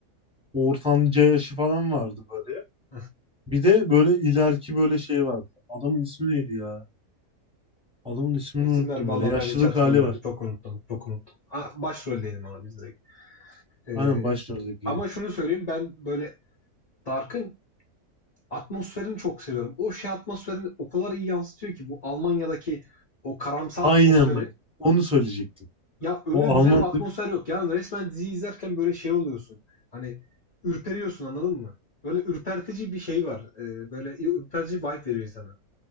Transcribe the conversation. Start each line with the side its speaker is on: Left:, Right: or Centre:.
Centre: Ortanca yaşı falan vardı böyle.
Left: <laughs>
Centre: Bir de böyle ileriki böyle şey vardı. Adamın ismi neydi ya? Adamın ismini
Left: İsimler
Centre: unuttum
Left: valla
Centre: böyle. Yaşlılık
Left: ben hiç hatırlamıyorum.
Centre: hali var.
Left: Çok unuttum. Çok unuttum. Ha, Başrol diyelim ona biz direkt. E,
Centre: Aynen başlıyorduk.
Left: ama şunu söyleyeyim ben böyle Dark'ın atmosferini çok seviyorum. O şey atmosferini o kadar iyi yansıtıyor ki bu Almanya'daki o karamsar
Centre: Aynen
Left: atmosferi
Centre: bak. Onu söyleyecektim.
Left: Ya öyle
Centre: O
Left: güzel
Centre: Almanlık
Left: bir atmosfer yok. Yani resmen dizi izlerken böyle şey oluyorsun. Hani ürperiyorsun anladın mı? Böyle ürpertici bir şey var. Ee, böyle ürpertici vibe veriyor sana.